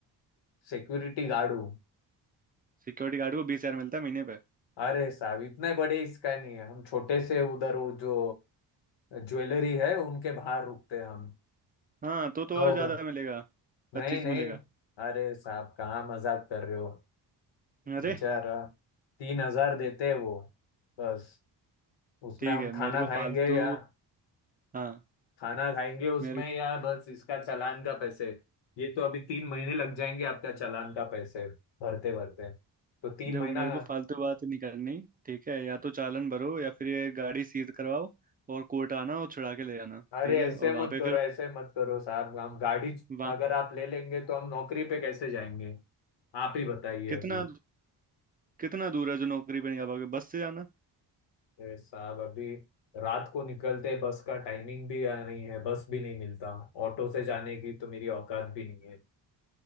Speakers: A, on the left; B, on the right.
A: सिक्योरिटी गार्ड हूँ
B: सिक्योरिटी गार्ड को बीस हजार मिलता है महीने पे
A: अरे साहब इतने बड़े इसका नहीं है हम छोटे से उधर वो जो ज्वेलरी है उनके बाहर रुकते हैं हम
B: हाँ तो तो
A: नौ
B: और ज्यादा
A: घंटे
B: मिलेगा पच्चीस
A: नहीं नहीं
B: मिलेगा
A: अरे साहब कहाँ मजाक कर रहे हो
B: अरे
A: बेचारा तीन हजार देते हैं वो बस उसमें
B: ठीक
A: हम
B: है
A: खाना
B: मेरे को
A: खाएंगे
B: फालतू
A: या
B: हाँ
A: खाना खाएंगे उसमें
B: मेरे
A: या बस इसका चालान का पैसे ये तो अभी तीन महीने लग जाएंगे आपका चालान का पैसे भरते भरते तो तीन
B: देखो
A: महीना
B: मेरे को फालतू बात नहीं करनी ठीक है या तो चालान भरो या फिर ये गाड़ी सीज करवाओ और कोर्ट आना और छुड़ा के ले जाना
A: अरे
B: ठीक है
A: ऐसे
B: और वहां
A: मत
B: पे
A: करो
B: फिर
A: ऐसे मत करो साहब हम गाड़ी
B: वहां
A: अगर आप ले लेंगे तो हम नौकरी पे कैसे जाएंगे आप ही बताइए
B: कितना
A: अभी
B: कितना दूर है जो नौकरी पे नहीं आ पाओगे बस से जाना
A: अरे साहब अभी रात को निकलते हैं, बस का टाइमिंग भी नहीं है बस भी नहीं मिलता ऑटो से जाने की तो मेरी औकात भी नहीं है